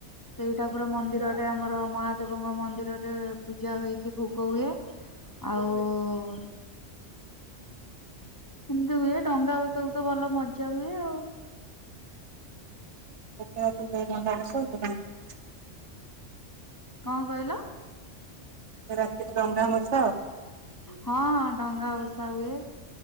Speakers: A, on the left; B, on the right.
A: ସେଇଟା ପୁରା ମନ୍ଦିରରେ ଆମର ମହାଦେବଙ୍କ ମନ୍ଦିରରେ ପୂଜା ହେଇକି ଭୋଗ ହୁଏ ଆଉ ସେମିତି ହୁଏ, ଡଙ୍ଗା ଭସାକୁ ତ ଭଲ ମଜା ହୁଏ ଆଉ।
B: <unintelligible>
A: କଣ କହିଲ?
B: ରାତିରେ ଡଙ୍ଗା ଭସା
A: ହଁ ଡଙ୍ଗା ଭସା ହୁଏ।